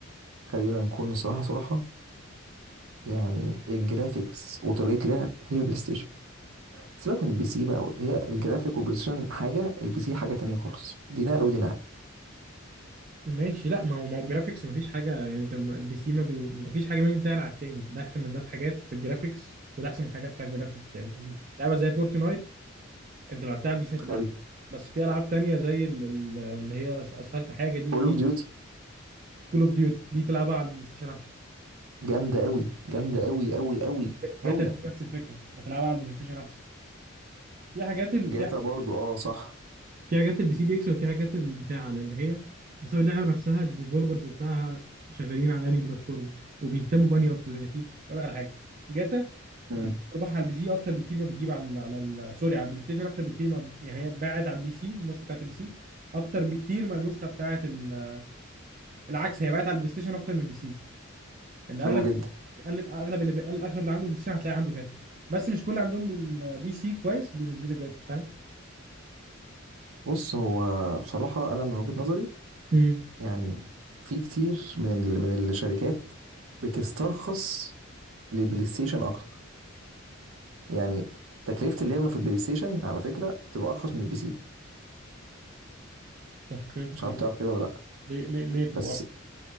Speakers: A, on the right; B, on the right.
A: خلينا نكون صراحه صراحه يعني الجرافيكس وطريقه لعب هي بلاي ستيشن سيبك من البي سي بقى هي الجرافيك والبلاي ستيشن حاجه البي سي حاجه تانية خالص دي نقله ودي نقله
B: ماشي لا ما هو ما هو الجرافيكس مفيش حاجه يعني انت م- البي سي ما بي... مفيش حاجه منهم تعلى على التاني ده احسن من ده في حاجات في الجرافيكس وده احسن من حاجات في الجرافيكس يعني
A: مم.
B: لعبه زي فورتنايت انت لو لعبتها على البي سي هتبقى
A: حلو
B: احسن بس في العاب تانية زي ال- ال- اللي هي أس- اسفلت حاجه دي
A: كول
B: دي
A: اوف ديوتي
B: كول اوف ديوتي دي تلعبها على البلاي ستيشن احسن
A: جامده قوي جامده قوي قوي قوي
B: جاتا
A: قوي
B: في نفس الفكره بتلعبها على البلاي ستيشن احسن في حاجات ال...
A: جاتا
B: في
A: برضو اه صح
B: في حاجات البي سي بيكسب وفي حاجات البتاع لان هي حسب اللعبه نفسها الديفلوبرز بتاعها شغالين على انهي بلاتفورم وبيهتموا بانهي اكتر لان في اقول لك على حاجه جاتا
A: مم.
B: بتجيب ارباح على البي سي اكتر بكتير ما بتجيب على ال على ال سوري على البلاي ستيشن اكتر بكتير ما يعني هي باعت على البي سي النسخه بتاعت البي سي اكتر بكتير ما النسخه بتاعت ال- العكس هي باعت على البلاي ستيشن اكتر من البي سي لان اغلب
A: حلو جدا
B: اغلب اغلب اللي بي- اغلب اللي عنده بلاي ستيشن هتلاقي عنده جاتا بس مش كل عندهم بي سي كويس بينزلوا جاتا فاهم
A: بص هو بصراحه انا من وجهه نظري
B: امم
A: يعني في كتير من ال... من الشركات بتسترخص للبلاي ستيشن اكتر يعني تكلفة اللعبة في البلاي ستيشن على فكرة بتبقى ارخص من البي سي
B: تفكير
A: مش عارف
B: ال-
A: تعرف كده ولا لا
B: ليه ليه ليه بتبقى
A: بس